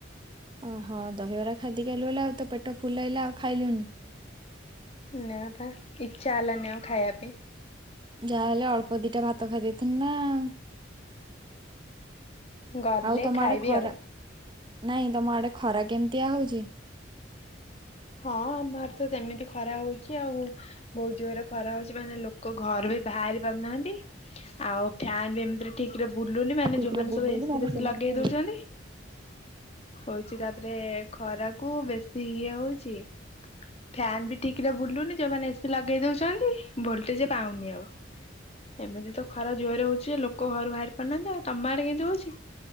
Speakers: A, on the right; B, on the left.
A: ଓହୋ ଦହିବରା ଖାଦ କାଲୁ ହେଲେ ଆଉ ତ ପେଟ ଫୁଲ ହେଲା ଆଉ ଖାଇଲୁନି?
B: ନା ବା ଇଛା ହେଲାନି ଆଉ ଖାଇବା ପାଇଁ।
A: ଯାହାହେଲେ ଅଳ୍ପ ଦିଟା ଭାତ ଖାଇ ଦେଇଥିଲ ନା ଆଉ।
B: ଗଲେ
A: ଆଉ ତର
B: ଖାଇବି
A: ଖରା
B: ଆଉ।
A: ନାଇଁ ତମ ଆଡେ ଖରା କେମିତିଆ ହଉଛି?
B: ହଁ ଆମର ତ ସେମିତି ଖରା ହଉଛି, ଆଉ ବହୁତ ଜୋରରେ ଖରା ହଉଛି ମାନେ ଲୋକ ଘର ବି ବାହାରି ପାରୁନାହାନ୍ତି ଆଉ ଫ୍ୟାନ ବି ଏମିତି ଠିକ ବୁଲୁନି ମାନେ
A: ଠିକ୍
B: ଯୋଉମାନେ
A: ରେ ବୁଲୁନି
B: ସବୁ ଏସିି
A: ନହେଲେ
B: ବେଶି
A: ସେମାନେ
B: ଲଗେଇ ଦଉଛନ୍ତି ହଉଛି ତାପରେ ଖରାକୁ ବେଶୀ ଇଏ ହଉଛି। ଫ୍ୟାନ ବି ଠିକରେ ବୁଲୁନି ଯୋଉମାନେ ଏ ସି ଲଗେଇ ଦଉଛନ୍ତି ଭୋଲଟେଜ ପାଉନି ଆଉ। ଏମିତି ତ ଖରା ଜୋରରେ ହଉଛି ଲୋକ ଘରୁ ବାହାରି ପାରୁନାହାନ୍ତି ଆଉ ତମ ଆଡେ କେମିତି ହଉଛି।